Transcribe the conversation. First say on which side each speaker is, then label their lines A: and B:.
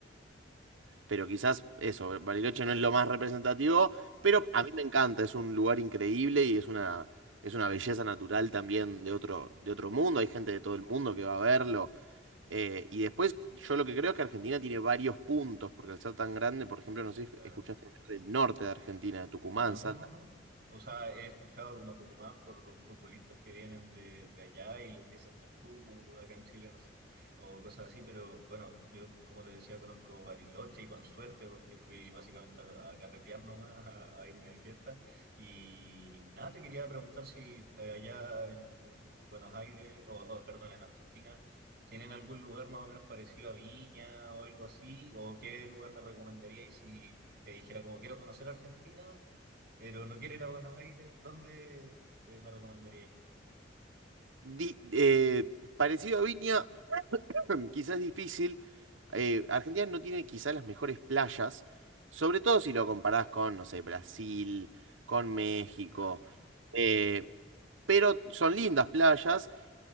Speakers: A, on the right (about 85°); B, on the right (about 50°).
A: pero quizás eso, Bariloche no es lo más representativo,
B: No,
A: pero a mí me encanta, es un lugar increíble y es una, es una belleza natural también de otro, de otro mundo, hay gente de todo el mundo que va a verlo. eh, y después, yo lo que creo es que Argentina tiene varios puntos, porque al ser tan grande, por ejemplo, no sé si
B: la
A: escuchaste hablar del norte de Argentina, de Tucumán,
B: No,
A: Salta.
B: no. O sea, he escuchado como Tucumán por los futbolistas que vienen de, de allá y les dicen del Tucu, acá en Chile, no sé, o cosas así, pero bueno, yo como te decía, conozco Bariloche y con suerte porque fui básicamente a, a carretear nomás, a, a irme de fiesta. Y nada, te quería preguntar si eh, allá en, en Buenos Aires, o, o, perdón, en Argentina, ¿tienen algún lugar más o menos parecido a Viña o algo así? ¿O qué lugar me recomendaríais si te dijera como quiero conocer Argentina? pero no quiero ir a Buenos Aires, ¿dónde eh, me recomendaría ir?
A: Di- eh, parecido a Viña, <clears throat> Quizás es difícil. eh, Argentina no tiene quizás las mejores playas, sobre todo si lo comparás con, no sé, Brasil, con México.
B: Claro, claro.
A: eh, pero son lindas playas.